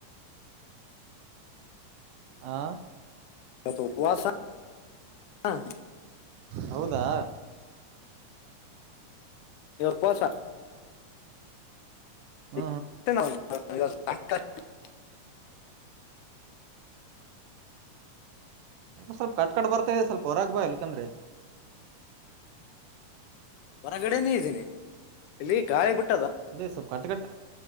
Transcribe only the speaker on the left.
ಯಿವತ್ತ್ ಉಪುವಾಸಾ ಹಾ
ಇವಪ್ಪಾಸ
<unintelligible> <inaudible>
ಹೊರಗಡೆನೆೇ ಇದ್ದೀನಿ ಇಲ್ಲಿ ಗಾಯಿ ಬಿಟ್ಟ್